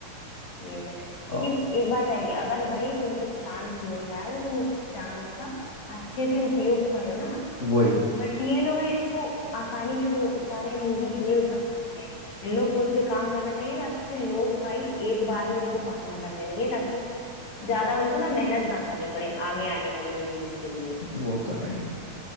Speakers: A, on the left; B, on the left.
A: ये तो है
B: आ,
A: लेकिन एक बात है कि अगर भाई तुमको चांस मिल रहा है तो तुम उस चांस का अच्छे से उपयोग करो ना
B: वही
A: बट ये लोग हैं इनको आसानी से रो- सारे मूवीज मिल सकते हैं इन लोग को उस पे काम करना चाहिए ताकि लोग भाई एक बार में उनको पसंद करने लगे ताकि ज्यादा उनको ना मेहनत ना करनी पड़े आगे आने वाली मूवीज के लिए
B: वो तो है ही।